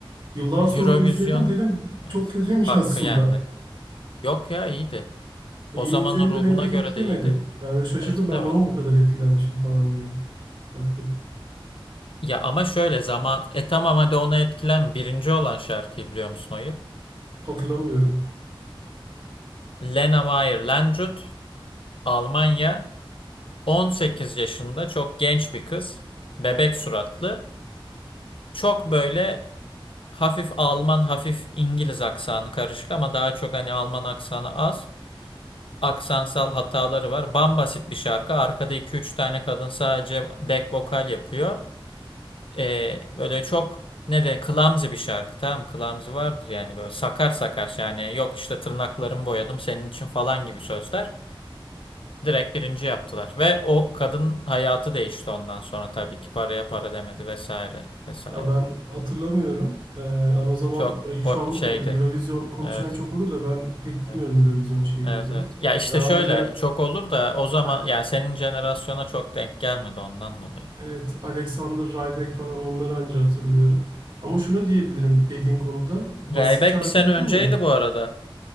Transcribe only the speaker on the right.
Yıllar
sonra izledim dedim
çok kötüymüş
<laughs> aslında.
E,
yeni
izlediğimde
beni pek
etkilemedi.
Yani böyle şaşırdım
ben buna mı bu kadar etkilenmişim falan diye. Baktım.
Hatırlamıyorum.
Ya ben hatırlamıyorum. Ee, yani o zaman
ya şu
anda
da böyle Eurovision konuşan
çok olur da ben pek bilmiyorum
Eurovision şeylerini.
Yani anca
A-
evet Alexander Rybak falan onları anca hatırlıyorum. Ama şunu diyebilirim dediğin konuda basit
şarkı
dedin
ya.